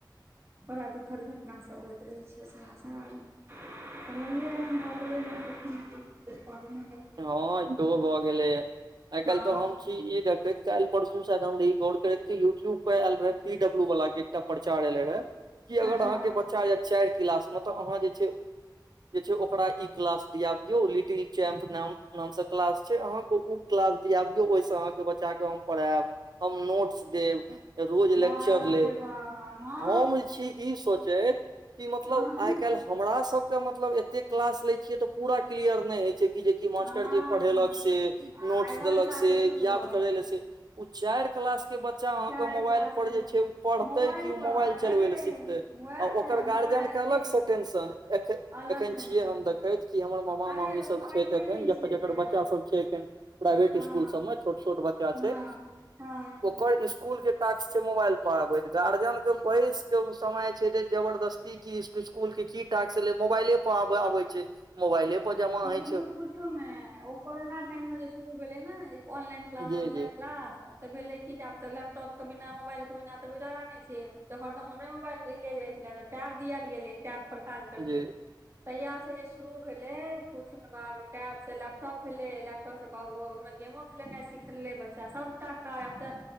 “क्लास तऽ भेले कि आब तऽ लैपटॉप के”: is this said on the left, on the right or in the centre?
Right